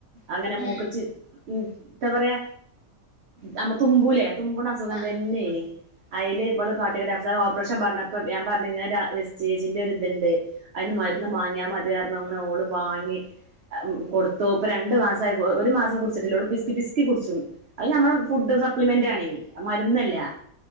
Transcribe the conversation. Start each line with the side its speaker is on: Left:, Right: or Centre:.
Right: അങ്ങനെ
Left: ഉം.
Right: മൂക്കച്ച് ഉ ന്താ പറയാ നമ്മ തുമ്മുലെ തുമ്പണ അസുഖം
Left: ആഹ്.
Right: തന്നേനി അയ്ല് ബള് <unintelligible> <inaudible> ഇപ്രശം പറഞ്ഞപ്പ ഞാൻ പറഞ്ഞ ഇങ്ങനെ സ്റ്റേജിന്റെ ഒരു ഇത്ണ്ട് അയ്ന്ന് മര്ന്ന്
Left: ഉം.
Right: മാങ്ങിയാ മ <unintelligible> അങ്ങനെ ഓള് വാങ്ങി കൊടുത്തൂ ഇപ്പൊ രണ്ടു മാസായി ഒരു മാസം കുടിച്ട്ട്ല്ല ഓള് പിസ്കി പിസ്കി കുടിച്ചും അത് നമ്മെ ഫുഡ് സപ്ലിമെന്റ് ആണേ മരുന്നല്ല